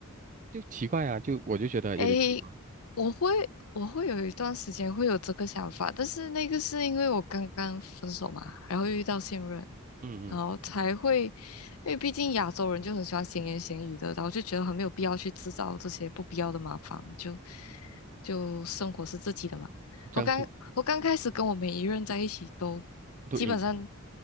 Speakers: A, on the right (about 35°); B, on the left (about 80°).
A: 就奇怪啊，就我就觉得有点奇怪，
B: 诶，我会我会有一段时间会有这个想法，但是那个是因为我刚刚分手嘛，然后又遇到现任，
A: 嗯嗯，
B: 然后才会，因为毕竟亚洲人就很喜欢闲言闲语的，然后就觉得很没有必要去制造这些不必要的麻烦，就就生活是自己的嘛。
A: 这样就
B: 我刚我刚开始跟我每一任在一起都
A: 都硬，
B: 基本上